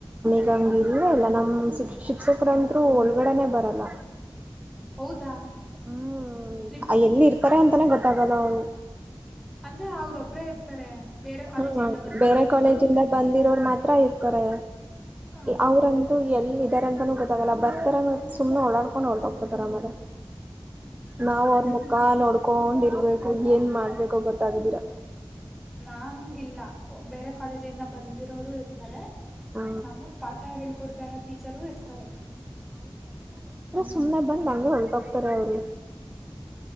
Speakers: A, on the right; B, in the centre.
A: ಂ ಇಲ್ವ ಅಲ್ಲ ನಮ್ಮ್ ಶ ಶಿಕ್ಷಕರಂದರು ಒಳಗಡೆನೆ ಬರಲ್ಲ.
B: ಹೌದಾ
A: ಹ್ಮ್
B: ನಿಮ್
A: ಎಲ್ಲಿ ಇರ್ತಾರೆ
B: ನಿಮ್
A: ಅಂತಾನೇ ಗೊತ್ತಾಗಲ್ಲ ಅವ್ರು.
B: ಅಂದ್ರೆ ಅವ್ರೊಬ್ಬ್ರೇ ಇರ್ತಾರೆ. ಬೇರೆ
A: ಹಾ
B: ಇಂದ ಬಂದಿರ್ತಾರಲ್ಲ
A: ಬೇರೆ ಕಾಲೇಜಿಂದ
B: ಅವ್ರೊಬ್ರೇ
A: ಬಂದಿರೋರು ಮಾತ್ರಇರ್ತಾರೆ.
B: ಆ
A: ಅವ್ರಂತೂ ಎಲ್ಲ ಇದಾರೆಂತಾನೂ ಗೊತ್ತಾಗಲ್ಲ. ಬರ್ತಾರ ಸುಮ್ಮನೆ ಓಡಾಡ್ಕೊಂಡ್ ಹೊಓಟೋಗ್ಕೋತಾರ ಆಮೇಲೆ ನಾವ್
B: ಓ ಹಂಗ್
A: ಅವ್ರ ಮುಖಾ ನೋಡ್. ತಕೊಂಡಿರ್ಬೇಕು ಏನ್ ಮಾಡ್ಬೇಕು ಗೊತ್ತಾಗದಿರಾ.
B: ನಾಗೆಿಲ್ಲ ಬೇರೆ ಕಾಲೇಜಿಂದ ಬಂದಿರೋರು ಇರ್ತಾರೆ.
A: ಹ
B: ನಮಗ್ ಪಾಠ ಹೇಳ್ಕೊಡ್ತಾರ ಟೀಚರು ಇರ್ತಾರೆ.
A: ಸುಮ್ಮನೆ ಬಂದು ಹಂಗೆ ಹೊರಟ ಹೋಗ್ತಾರೆ ಅವ್ರು.